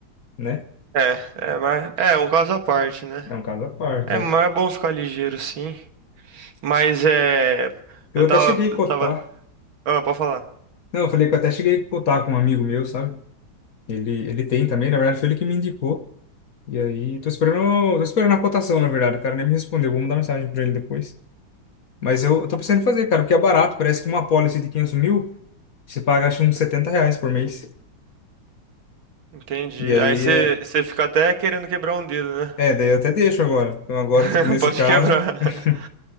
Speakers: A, on the left (about 50°); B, on the right (about 80°).
A: né?
B: É, é, mas é um caso à parte, né?
A: É um caso à parte,
B: É,
A: é.
B: mas é bom ficar ligeiro, sim. Mas é.
A: Eu
B: Eu
A: até
B: tava.
A: cheguei
B: eu
A: a cotar,
B: tava... Ah, pode falar.
A: não, eu falei que eu até cheguei a cotar com um amigo meu, sabe? Ele, ele tem também, na verdade, foi ele que me indicou. E aí, tô esperando, tô esperando a cotação, na verdade, o cara nem me respondeu, vou mandar mensagem para ele depois. Mas eu tô pensando em fazer, cara, porque é barato. Parece que uma policy de quinhentos mil, você paga acho uns 70 reais por mês.
B: Entendi.
A: E aí
B: Aí você
A: é.
B: você fica até querendo quebrar um dedo, né?
A: É, daí eu até deixo agora. Então agora,
B: <laughs>
A: tipo, nesse
B: Pode
A: caso.
B: quebrar.
A: <laughs>